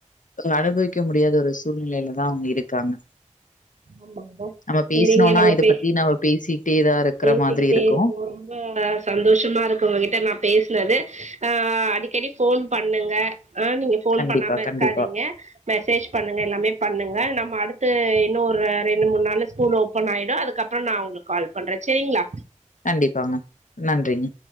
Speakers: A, on the left (about 80°); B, on the right (about 65°).
A: அனுபவிக்க முடியாத ஒரு சூழ்நிலையில தா அவுங்க இருக்காங்க
B: ஆமாங்கா
A: நம்ம
B: சரிங்க
A: பேசினோம்னா,
B: நம்ம
A: இத
B: பே
A: பத்தி நம்ம பேசிட்டே தான் இருக்கிற
B: பேசிக்கிட்டே
A: மாதிரி இருக்கும்.
B: இருப்போ ரொம்ப சந்தோஷமா இருக்கு உங்க கிட்ட நான் பேசினது அ அடிக்கடி ஃபோன் பண்ணுங்க ஆ நீங்க ஃபோன்
A: கண்டிப்பா,
B: பண்ணாம இருக்காதீங்க
A: கண்டிப்பா.
B: மெசேஜ் பண்ணுங்க எல்லாமே பண்ணுங்க நம்ம அடுத்து இன்னு ஒரு ரெண்டு மூணு நாள்ல ஸ்கூல் ஓப்பன் ஆயிடு அதுக்கப்றோ நா உங்களுக்கு கால் பண்றே சேரிங்ளா
A: கண்டிப்பாங்க நன்றிங்க